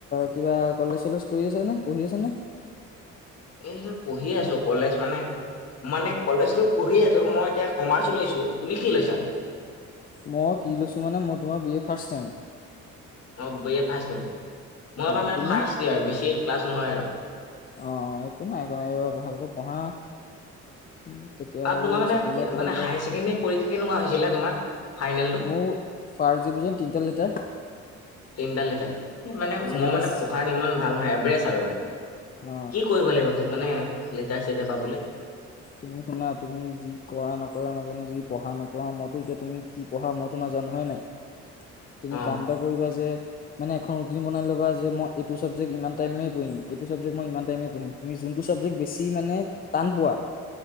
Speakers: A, on the left; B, on the left.
A: কিবা কলেজ চলেজ কৰি আছে নে, পঢ়ি আছা নে? <inaudible>
B: এইটো পঢ়িয়ে আছো কলেজ মানে মানে কলেজত পঢ়ি আছো মই এতিয়া কমাৰ্চ লৈছো, তুমি কি লৈছা?
A: মই কি লৈছো মানে মই তোমাৰ বি এ ফাৰ্ষ্ট চেম।
B: অ', বি এ ফাষ্ট চেম। মই এইবাৰ
A: অ
B: মানে
A: তুমি
B: ফাষ্টয়িয়াৰ বেছি ক্লাছ নহয় আৰু।
A: অ একো নাই একো নাই এইবাৰ ভালকৈ পঢ়া উম, তেতিয়া
B: আৰু তোমাৰ মানে,
A: ছেকেণ্ড ইয়েৰত ভাল
B: মানে
A: ৰিজাল্ট
B: হায়াৰ ছেকেণ্ডৰী পৰীক্ষা কেনেকুৱা হৈছিলে তোমাৰ? ফাইনেলটো
A: মোৰ ফাৰ্ষ্ট ডিভিজন তিনটাত লেটাৰ।
B: তিনটাত লেটাৰ। মানে
A: ছেভেনটিছ
B: মই মানে পঢ়াত ইমান ভাল নহয় এভাৰেজ আৰু,
A: অ
B: কি কৰিব লাগিব তোক? মানে লেটাৰ চেটাৰ পাবলে।
A: তুমি শুনা তুমি যি কৰা নকৰা ন জানো যি পঢ়া নপঢ়া মইতো এতিয়া তুমি কি পঢ়া মইতো নাজানো হয়নে? তুমি
B: অ
A: কাম এটা কৰিবা যে মানে এখন ৰুটিন বনাই ল'বা যে মই এইটো ছাবজেক্ট ইমান টাইমে পঢ়িম, এইটো ছাবজেক্ট মই ইমান টাইমে পঢ়িম, তুমি যোনটো ছাবজেক্ট বেছি মানে, টান পোৱা